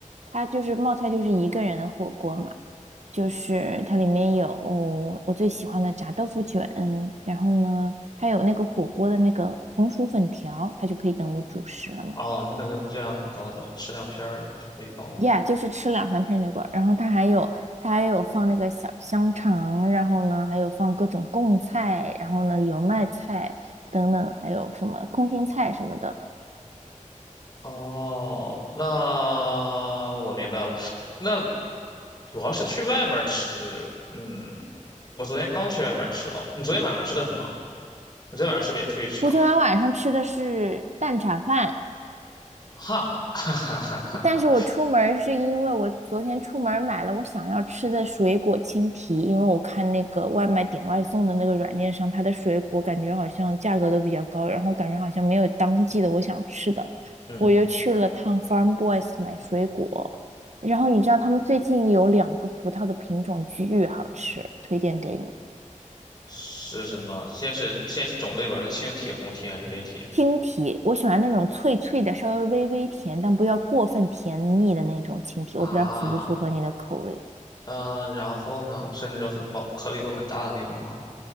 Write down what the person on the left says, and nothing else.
哦，那个热量很高的，吃两片儿就可以饱了。
哦，那我明白了。那主要是去外面儿吃。嗯，我昨天刚去外面儿吃了。你昨天晚上吃的什么？你昨天晚上是不是也出去吃的？
哈，<laughs> 哈哈哈哈。
嗯，
是什么？先是先是种类吧，是青提、红提还是黑提？
啊，
嗯，然后呢？是那种很薄、颗粒度很大的那种吗？